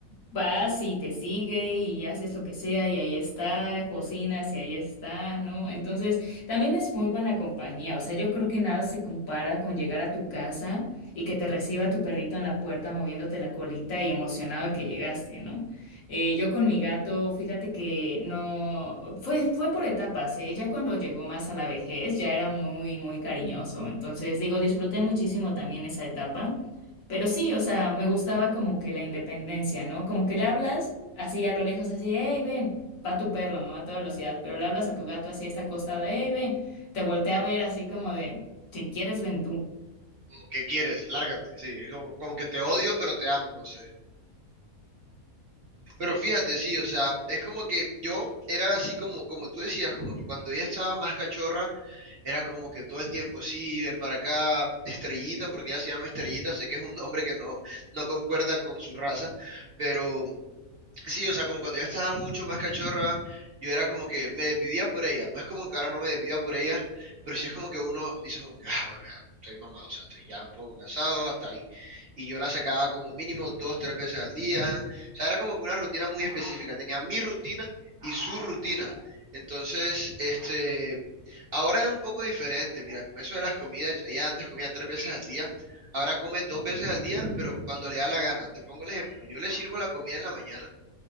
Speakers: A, on the left; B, on the right.
A: Vas y te sigue y haces lo que sea y ahí está, cocinas y ahí está, ¿no? Entonces, también es muy buena compañía, o sea, yo creo que nada se compara con llegar a tu casa y que te reciba tu perrito en la puerta moviéndote la colita y emocionado que llegaste, ¿no? Eh, yo con mi gato, fíjate que no, fue, fue por etapas, ¿eh? Ya cuando llegó más a la vejez, ya era muy, muy cariñoso, entonces digo, disfruté muchísimo también esa etapa. Pero sí, o sea, me gustaba como que la independencia, ¿no? Como que le hablas así a lo lejos, así, hey, ven, va tu perro, ¿no? A toda velocidad, pero le hablas a tu gato así, está acostado, hey, ven, te voltea a ver así como de, si quieres, ven tú.
B: Como, ¿Qué quieres? Lárgate. Sí, es como, como que te odio, pero te amo, no sé. Pero fíjate, sí, o sea, es como que yo era así como, como tú decías, como que cuando ella estaba más cachorra, era como que todo el tiempo, sí, ven para acá, Estrellita, porque ella se llama Estrellita, sé que es un nombre que no, no concuerda con su raza, pero Sí, o sea, como cuando ella estaba mucho más cachorra, yo era como que me desvivía por ella. No es como que ahora no me desviva por ella, pero sí es como que uno dice como que, ah, bueno, ya estoy mamado, o sea, estoy ya un poco cansado, hasta ahí. Y yo la sacaba como mínimo dos, tres veces al día. O sea, era como que una rutina muy específica. Tenía mi rutina y su rutina. Entonces, este, ahora es un poco diferente. Mira, con eso de las comidas, ella antes comía tres veces al día. Ahora come dos veces al día, pero cuando le da la gana. Te pongo el ejemplo. Yo le sirvo la comida en la mañana